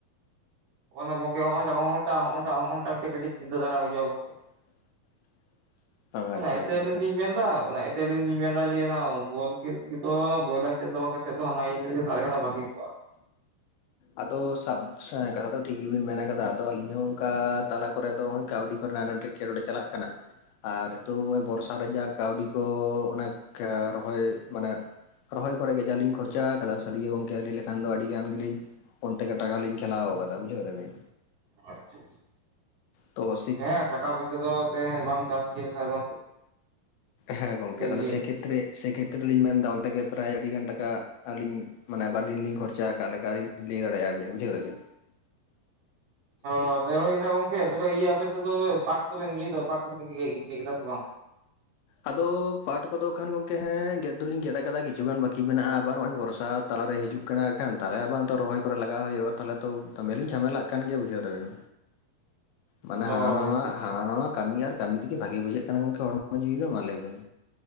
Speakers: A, on the right; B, on the left.
A: <unintelligible> ᱜᱚᱝᱠᱮ ᱚᱸᱜ ᱴᱟᱜ ᱚᱸᱜ ᱴᱟᱜ ᱚᱸᱜ ᱴᱟᱜ ᱠᱟᱴᱤᱡ ᱪᱤᱱᱛᱟᱹ ᱫᱷᱟᱨᱟ ᱦᱤᱡᱩᱜᱻᱟ ᱜᱚᱝᱠᱮ
B: <inaudible> ᱟᱪᱪᱷᱟ
A: ᱚᱱᱟᱭᱛᱮ
B: ᱟᱪᱪᱷᱟ
A: ᱟᱹᱞᱤ
B: ᱟᱪᱪᱷᱟ
A: ᱞᱤᱧ ᱢᱮᱱᱫᱟ ᱚᱱᱟᱛᱮ ᱟᱹᱞᱤᱧ ᱞᱤᱧ ᱢᱮᱱᱫᱟ ᱡᱮ ᱟᱱᱟ ᱵᱚᱞ ᱠᱷᱮᱞᱫᱚ ᱵᱚᱭᱞᱟᱨ ᱠᱷᱮᱞ ᱫᱚ ᱵᱟᱝ ᱠᱟᱛᱮ ᱫᱚ ᱦᱟᱱᱟ ᱤᱭᱟᱹ ᱠᱷᱮᱞ ᱜᱮ ᱥᱟᱵ ᱞᱮᱠᱷᱟᱱ ᱵᱷᱟᱹᱜᱤ ᱠᱚᱜᱼᱟ
B: ᱟᱫᱚ ᱥᱟᱵ ᱠᱟᱛᱷᱟ ᱫᱚ ᱴᱷᱤᱠ ᱜᱮᱵᱤᱱ ᱢᱮᱱ ᱟᱠᱟᱫᱟ ᱟᱫᱚ ᱟᱞᱤᱧ ᱦᱚᱸ ᱚᱱᱠᱟ ᱛᱟᱞᱟ ᱠᱚᱨᱮᱫ ᱫᱚ ᱠᱟᱹᱣᱰᱤ ᱠᱚᱨᱮᱱᱟᱷ ᱠᱮᱞᱚᱰᱮ ᱪᱟᱞᱟᱜ ᱠᱟᱱᱟ ᱟᱨ ᱱᱤᱛᱚᱜ ᱵᱚᱨᱥᱟ ᱨᱮᱡᱟᱜ ᱠᱟᱹᱣᱰᱤ ᱠᱚ ᱚᱱᱮ ᱨᱚᱦᱚᱭ ᱢᱟᱱᱮ <unintelligible> ᱨᱚᱦᱚᱭ ᱠᱚᱨᱮ ᱜᱮ ᱡᱟᱞᱤᱧ ᱠᱷᱚᱨᱪᱟ ᱟᱠᱟᱫᱟ ᱥᱟᱹᱨᱤᱜᱮ ᱜᱚᱝᱠᱮ ᱞᱟᱹᱭ ᱞᱮᱠᱷᱟᱱ ᱫᱚ ᱟᱹᱰᱤ ᱜᱟᱱ ᱜᱮᱞᱤᱧ ᱚᱱᱛᱮ ᱜᱮ ᱴᱟᱠᱟ ᱞᱤᱧ ᱠᱷᱮᱞᱟᱣ ᱟᱠᱟᱫᱟ ᱵᱩᱡᱷᱟᱹᱣ ᱫᱟᱵᱤᱱ
A: ᱟᱪᱪᱷᱟ ᱟᱪᱪᱷᱟ
B: ᱛᱚ ᱟᱥᱤᱼᱼ
A: ᱦᱮᱸ ᱴᱟᱠᱟ ᱯᱚᱭᱥᱟ ᱫᱚ <unintelligible> ᱵᱟᱢ ᱪᱟᱥ ᱤᱫᱤ ᱞᱮᱠᱷᱟᱡ ᱫᱚ
B: ᱦᱮᱸ ᱜᱚᱝᱠᱮ
A: ᱟᱹᱰᱤ
B: ᱛᱟᱦᱚᱞᱮ
A: ᱤᱭᱟᱹ
B: ᱥᱮ ᱠᱷᱮᱛᱨᱮ ᱥᱮ ᱠᱷᱮᱛ ᱨᱮᱞᱤᱧ ᱢᱮᱱᱫᱟ ᱚᱱᱛᱮ ᱜᱮ ᱯᱨᱟᱭ ᱟᱹᱰᱤᱜᱟᱱ ᱴᱟᱠᱟ ᱟᱹᱞᱤᱧ ᱢᱟᱱᱮ ᱚᱠᱟ ᱫᱤᱱ ᱞᱤᱧ ᱠᱷᱚᱨᱪᱟ ᱟᱠᱟ ᱞᱮᱠᱟᱞᱤᱧ ᱞᱟᱹᱭ ᱫᱟᱲᱮᱭᱟᱜ ᱟᱵᱤᱱ ᱵᱩᱡᱟᱹᱣ ᱫᱟᱵᱤᱱ
A: ᱚ ᱦᱳᱭ ᱮᱫᱟ ᱜᱚᱝᱠᱮ ᱛᱚᱵᱮ ᱤᱭᱟᱹ ᱟᱯᱮ ᱥᱮᱫ ᱫᱚ ᱯᱟᱴ ᱫᱚᱵᱮᱱ ᱤᱭᱟᱹ ᱫᱚ ᱯᱟᱴ ᱠᱚᱫᱚ ᱵᱮᱱ ᱤᱭᱟᱹ ᱜᱮᱜ ᱠᱮᱫᱟ ᱥᱮ ᱵᱟᱝ
B: ᱟᱫᱚ ᱯᱟᱴ ᱠᱚᱫᱚ ᱠᱷᱟᱱ ᱜᱚᱢᱠᱮ ᱦᱮᱸ ᱜᱮᱫ ᱫᱚᱞᱤᱧ ᱜᱮᱫ ᱟᱠᱟᱫᱟ ᱠᱤᱪᱷᱩ ᱜᱟᱱ ᱵᱟᱹᱠᱤ ᱢᱮᱱᱟᱜᱼᱟ ᱟᱵᱟᱨ ᱱᱚᱜ ᱚᱭ ᱵᱚᱨᱥᱟ ᱛᱟᱞᱟᱨᱮ ᱦᱤᱡᱩᱜ ᱠᱟᱱᱟ ᱠᱷᱟᱱ ᱛᱟᱦᱚᱞᱮ ᱟᱵᱟᱨ ᱛᱚ ᱨᱚᱦᱚᱭ ᱠᱚᱨᱮ ᱞᱟᱜᱟᱜ ᱦᱩᱭᱩᱜᱼᱟ ᱛᱟᱦᱞᱮ ᱛᱚ ᱫᱚᱢᱮᱞᱤᱧ ᱡᱷᱟᱢᱮᱞᱟᱜ ᱠᱟᱱ ᱜᱮᱭᱟ ᱵᱩᱡᱷᱟᱹᱣ ᱫᱟᱵᱤᱱ ᱢᱟᱱᱮ ᱦᱟᱱᱟ
A: ᱚ
B: ᱱᱟᱣᱟ
A: ᱟᱪᱪᱷᱟ ᱟᱪᱪᱷᱟ
B: ᱦᱟᱱᱟ ᱱᱟᱣᱟ ᱠᱟᱹᱢᱤ ᱟᱨ ᱠᱟᱹᱢᱤ ᱛᱮᱜᱮ ᱵᱷᱟᱜᱮ ᱵᱩᱡᱷᱟᱹᱜ ᱠᱟᱱᱟ ᱜᱚᱝᱠᱮ ᱦᱚᱲᱢᱚ ᱡᱤᱣᱤ ᱫᱚ ᱢᱟ ᱞᱟᱹᱭ ᱵᱮᱱ